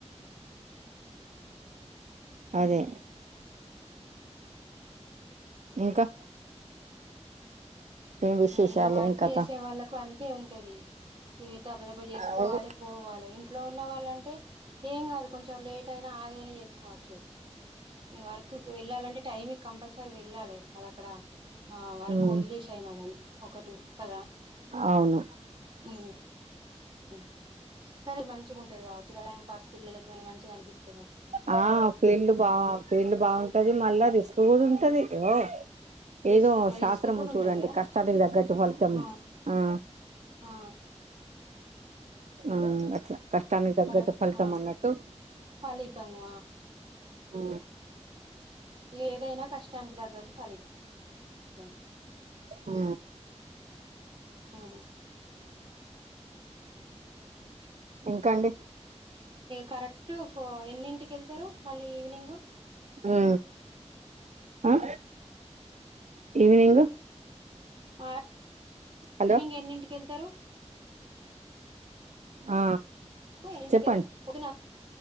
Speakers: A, on the right; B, on the right.
A: అదే ఇంకా ఏం విశేషాలు
B: ఇగా వర్క్
A: ఏం కథ
B: చేసే వాళ్ళకు అంత్ తే ఉంటది దబ్బ దబ్బ చేసుకోవాలే
A: అవును
B: పోవాలే ఇట్లో ఉన్న వాళ్ళంటే ఏం కాదు కొంచెం లేట్ అయినా అగైనా చేసుకోవచ్చు ఈ వర్క్ వెళ్ళాలంటే టైమికి కంపల్సరీ వెళ్ళాలి అది అక్కడ వర్కో
A: ఉమ్
B: ఓదిలేసైన గానీ ఒకటి కదా
A: అవును
B: హు అ కానీ మ మంచిగుంటది కాద టైంపాస్ పిల్లకి మంచిగా ఆనిపిస్త
A: ఆ ఫీల్డ్ బాగు ఫీల్డ్ బాగుంట అది మళ్ళా రిస్క్ కూడా ఉంటది ఓ
B: రిస్
A: ఏదో శాస్త్రము
B: రిస్క్ కూడా
A: చూడండి
B: ఉంటది కదా
A: కష్టాలకు తగ్గట్టు ఫలితం
B: ఆ
A: ఆ
B: ఆ
A: ఆ అట్లా కష్టానికి తగ్గట్టు
B: హలో
A: ఫలితం
B: ఆ
A: అన్నట్టు
B: ఫలితము
A: ఆ
B: ఏదైనా కష్టం కష్టానికి తగ్గట్టు ఫలితం ఇ
A: ఆ
B: ఆ
A: ఇంకా అండి
B: కరెక్ట్ ఎన్నింటికి వెళ్తారు మళ్ళీ ఈవినింగ్
A: ఊ ఆ ఈవినింగ్
B: మార్
A: హలో
B: మార్నింగ్ ఎన్నింటికి వెళ్తారు,
A: ఆ
B: ఎన్నింటికి
A: చెప్పండి
B: పొద్దున